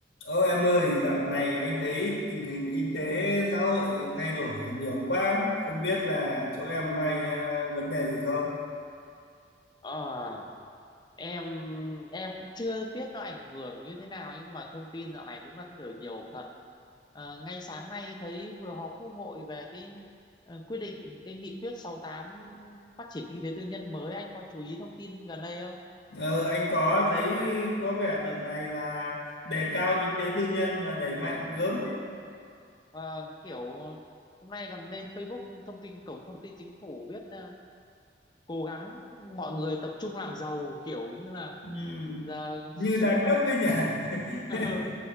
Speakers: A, on the left (about 80°); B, on the left (about 25°).
A: Ô em ơi, dạo này anh thấy tình hình kinh tế xã hội thay đổi nhiều quá, không biết là chỗ em có ai, ờ, vấn đề gì không?
B: Ờ, em em cũng chưa biết nó ảnh hưởng như thế nào nhưng mà thông tin dạo này đúng là thay đổi nhiều thật. Ờ, ngay sáng nay thấy vừa họp Quốc hội về cái ờ, quyết định cái nghị quyết sáu tám phát triển kinh tế tư nhân mới anh có chú ý thông tin gần đây không?
A: Ờ, anh có thấy có vẻ đợt này là đề cao kinh tế tư nhân và đẩy mạnh gớm ấy.
B: Ờ, kiểu hôm nay còn lên Facebook thông tin cổng thông tin chính phủ viết ờ, cố gắng mọi người tập trung làm giàu kiểu như là
A: Ừ.
B: giờ
A: Như đa
B: <laughs>
A: cấp ấy nhỉ? <laughs>
B: ừ.